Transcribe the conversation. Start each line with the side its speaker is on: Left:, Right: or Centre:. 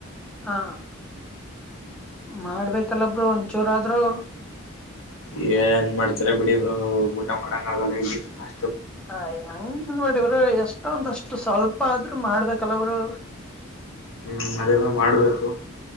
Centre: ಹಾ ಮಾಡ್ಬೇಕಲ್ಲ ಬ್ರೋ ಒಂದ್ ಚೂರ ಆದ್ರು
Left: ಈ ಏನ್ ಮಾಡ್ತರ ಬಿಡಿ ಊಟಂಗ ಮಾಡಿದಂಗ ಆಗಲ್ಲ ಇಲ್ಲಿ ಅ
Centre: ಹ ಹಂಗ ಮಾಡಿದ್ರ ಎಷ್ಟೊಂದಷ್ಟು ಸ್ವಲ್ಪ ಆದ್ರು ಮಾಡ್ಬೇಕಲ್ಲ ಅವರು
Left: ಹ ಅದ ಮಾಡ್ಬೇಕು